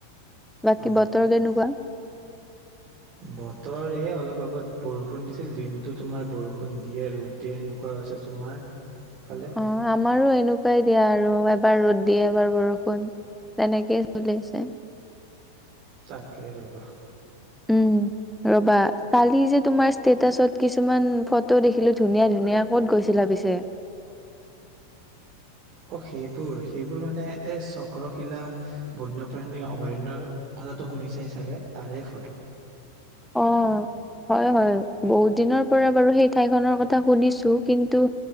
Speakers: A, in the centre; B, on the right.
A: বাকী
B: অ
A: বতৰ কেনেকুৱা
B: বতৰে অলপ আগত বৰষুণ দিছিল দিনটো তোমাৰ বৰষুণ দিয়ে ৰ'দ দিয়ে সেনেকুৱা হৈছে তোমাৰ ফালে
A: অ আমাৰো এনেকুৱাই দিয়া আৰু এবাৰ ৰ'দ দিয়ে এবাৰ বৰষুণ তেনেকেই চলি আছে
B: তাকে ৰবা
A: উম ৰবা কালি যে তোমাৰ ষ্টেটাচত কিছুমান ফটো দেখিলো ধুনীয়া ধুনীয়া ক'ত গৈছিলা পিছে
B: অঁ সেইবোৰ সেইবোৰ মানে এই চক্ৰশিলা বন্যপ্ৰাণী অভয়াৰণ্যৰ কথাটো শুনি চাই চাগে তাৰে ফটো
A: আহ হয় হয় বহুত দিনৰ পৰা বাৰু সেই ঠাইখনৰ কথা শুনিছো কিন্তু